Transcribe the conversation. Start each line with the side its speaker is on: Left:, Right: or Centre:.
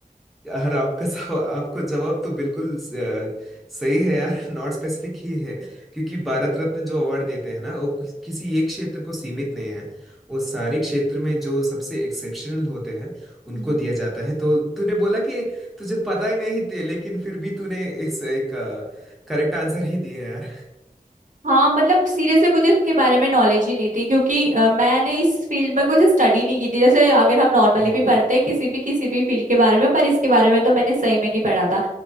Centre: यार आपका सवा- आपको जवाब तो बिल्कुल स- अ, सही है यार <laughs> नॉट स्पेसिफिक ही है क्योंकि भारत रत्न जो अवार्ड देते हैं ना वो किस- किसी एक क्षेत्र को सीमित नहीं है वो सारे क्षेत्र में जो सबसे एक्सेप्शनल होते हैं उनको
Right: हम्म
Centre: दिया जाता है तो तूने बोला कि तुझे पता ही नहीं थे लेकिन फिर भी तूने इस एक करेक्ट आंसर ही दिया है यार
Right: हाँ मतलब सीरियसली मुझे इसके बारे में नॉलेज ही नहीं थी क्योंकि अ, मैंने इस फील्ड में कुछ स्टडी नहीं की थी जैसे अगर हम नॉर्मली
Centre: हम्म।
Right: भी पढ़ते हैं किसी भी किसी भी फील्ड के बारे में पर इसके बारे में तो मैंने सही में नहीं पढ़ा था